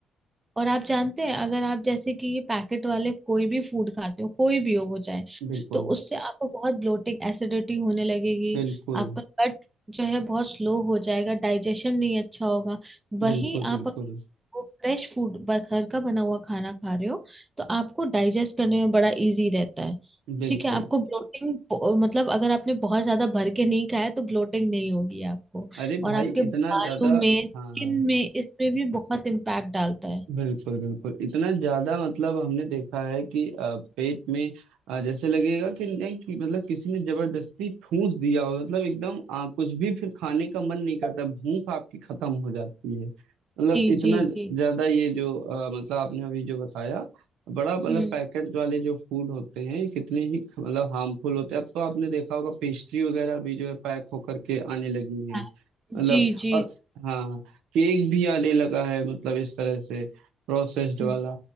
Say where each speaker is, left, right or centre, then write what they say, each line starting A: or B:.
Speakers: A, on the right (about 15°); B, on the right (about 85°).
A: और आप जानते हैं अगर आप जैसे कि ये पैकेट वाले कोई भी फूड खाते हो कोई भी हो वो चाहे
B: बिल्कुल
A: तो उससे आपको बहुत ब्लोटिंग एसिडिटी होने लगेगी
B: बिल्कुल
A: आपका गट जो है बहुत स्लो हो जाएगा डाइजेशन नहीं अच्छा होगा वही
B: बिल्कुल बिल्कुल
A: आप अगर वो फ्रेश फूड घर का बना हुआ खाना खा रहे हो तो आपको डाइजेस्ट करने में बड़ा इजी रहता है
B: बिल्कुल
A: ठीक है आपको ब्लोटिंग मतलब अगर आपने बहुत ज्यादा भर के नहीं खाया तो ब्लोटिंग नहीं होगी आपको
B: अरे
A: और
B: भाई
A: आपके
B: इतना
A: बालों
B: ज्यादा
A: में स्किन
B: हाँ हाँ।
A: में इसमें भी बहुत इम्पैक्ट डालता है
B: बिल्कुल बिल्कुल इतना ज्यादा मतलब हमने देखा है कि अ, पेट में अ, जैसे लगेगा कि नहीं कि मतलब किसी ने जबरदस्ती ठूस दिया हो मतलब एकदम अ, कुछ भी फिर खाने का मन नहीं करता
A: जी
B: भूख आपकी खत्म हो जाती है मतलब
A: जी
B: इतना
A: जी
B: ज्यादा ये जो अ, मतलब आपने अभी जो बताया बड़ा मतलब
A: हम्म
B: पैकेट वाले जो फूड होते हैं कितने ही ख- मतलब हार्मफुल होते हैं अब तो आपने देखा होगा पेस्ट्री वगैरह भी जो है पैक होकर के आने लगी हैं
A: हाँ,
B: मतलब
A: जी जी
B: और हाँ केक भी आने लगा है मतलब इस तरह से प्रोसेस्ड
A: हम्म
B: वाला